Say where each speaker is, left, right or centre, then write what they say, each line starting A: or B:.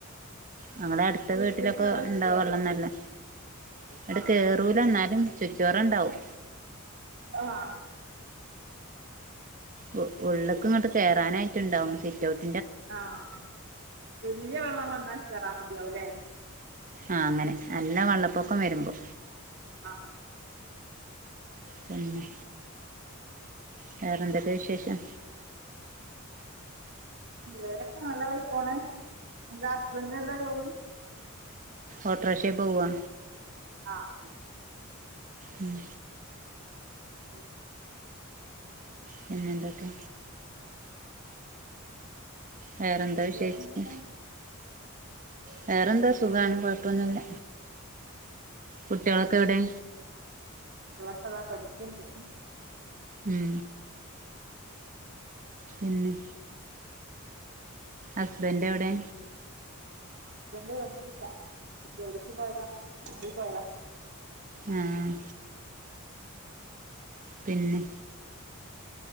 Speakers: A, on the right (about 40°); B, on the right (about 55°).
A: ഞങ്ങളെ അട്ത്ത
B: വീട്ടിലേക്ക്
A: വീട്ടിലൊക്കെ
B: വെള്ളം
A: ഉണ്ടാവെള്ളം
B: കയറുമോ
A: നല്ലെ ഇടെ
B: ആ
A: കേറൂല എന്നാലും ചുറ്റോറ ഇണ്ടാവും
B: ആഹ്
A: ഉ ഉള്ള്ക്ക്ങ്ട്ട് കേറാനായിട്ട് ഇണ്ടാവും സിറ്റ്ഔട്ട്
B: ആഹ് ആഹ് വലിയ വെള്ളം വന്നാൽ കേറ മതിയാവുംല്ലേ
A: ആഹ് അങ്ങനെ നല്ല വെള്ളപ്പൊക്കം വരുമ്പോ
B: ആഹ്
A: പിന്നെ വേറെന്തൊക്കെ വിശേഷം
B: വേറൊക്കെ നല്ലതായി പോണെ എന്താ ഹസ്ബന്റിന് എന്താ ജോലി?
A: ഓട്ടോറിക്ഷെ പോവാ
B: ആഹ്
A: ഉം
B: ശരി
A: പിന്നെന്തൊക്കെ വേറെന്താ വിശേഷിച്ച്
B: വേറെന്തെല്ലാം
A: വേറെന്താ സുഖാണ് കൊഴ്പ്പൊന്നുല്ല കുട്ടികളൊക്കെ എവിടെ?
B: കുട്ട്യേളൊക്കെ അതാ പഠിക്ക്ണ്ട്
A: ഉം പിന്നെ ഹസ്ബൻഡ് എവിടെ
B: ഹുസ്ബൻഡ് വന്നില്ല ജോലിക്ക് പോയതാണ് വണ്ടി പോയതാ
A: ആഹ് പിന്നെ